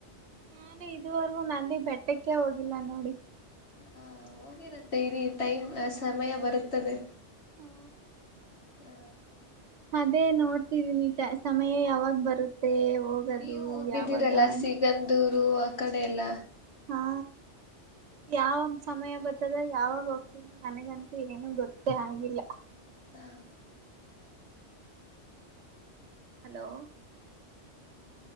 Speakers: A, on the right; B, on the left.
A: ನಾನು ಇದುವರೆಗೂ ನಂದಿ ಬೆಟ್ಟಕ್ಕೆ ಹೋಗಿಲ್ಲ ನೋಡಿ.
B: ಹಾ ಹೋಗಿರಂತೆ ಇರಿ ಟೈಮ್ ಸಮಯ ಬರುತ್ತದೆ.
A: ಹಾ.
B: ಹ.
A: ಅದೇ ನೋಡ್ತಿದೀನಿ ಟ ಸಮಯ ಯಾವಾಗ ಬರುತ್ತೆ. ಹೋಗದು
B: ನೀವು ಹೋಗಿದ್ದೀರಲ್ಲ
A: ಯಾವಾಗ ಅಂತ
B: ಸಿಗಂದೂರ್ ರು ಆ ಕಡೆ ಎಲ್ಲ.
A: ಹಾ. ಯಾವ ಒಂದ್ ಸಮಯ ಬತ್ ತದ್ದೋ ಯಾವಾಗ ಹೋಗ್ತೀನೋ ನನಗಂತೂ ಏನೂ ಗೊತ್ತೇ ಆಗಿಲ್ಲ.
B: ಹಾ.
A: ಹಲೋ.